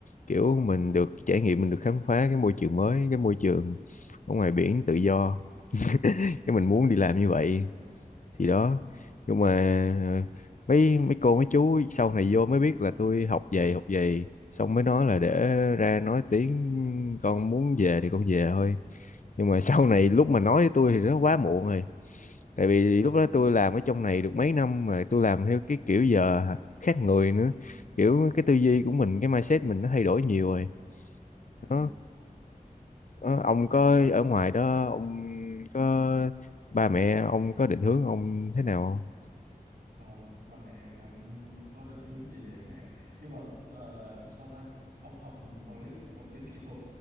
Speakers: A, on the left; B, on the right.
A: kiểu mình được trải nghiệm mình được khám phá cái môi trường mới cái môi trường ở ngoài biển tự do <laughs> cái mình muốn đi làm
B: ừ
A: như vậy thì đó nhưng mà ờ, mấy mấy cô mấy chú sau này vô mới biết là tôi học về học về xong mới nói là để ra nói tiếng con muốn về thì con về thôi nhưng
B: ừ
A: mà <laughs> sau này lúc mà nói với tôi thì nó quá muộn rồi tại vì
B: ừ
A: lúc đó tôi làm ở trong này được mấy năm mà tôi làm theo cái kiểu giờ khác người nữa kiểu cái tư duy của mình cái mindset mình nó thay đổi nhiều rồi
B: ừ
A: nó nó- ông có ở ngoài đó ông có ba mẹ ông có định hướng ông thế nào không
B: không ba mẹ thì không không có định hướng gì để này nhưng mà ờ, sao ta ông học vật lý vật lý kỹ thuật